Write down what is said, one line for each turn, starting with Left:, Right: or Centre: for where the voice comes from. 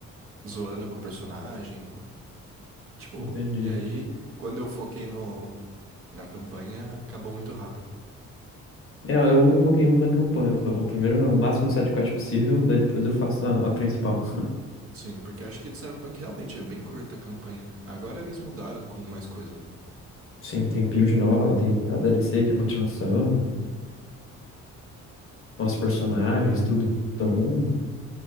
Right: zoando com o personagem, tipo,
Left: Entendi.
Right: e aí, quando eu foquei no, na campanha, acabou muito rápido.
Left: É, eu não foquei muito na campanha, eu só vou primeiro o máximo de sidequest possível, daí depois eu faço a, a principal.
Right: Sim, porque acho que do Cyberpunk realmente é bem curta a campanha. Agora eles mudaram com mais coisa, né?
Left: Sim, tem build nova, tem a DLC que é a continuação. novos personagens, tudo. Então,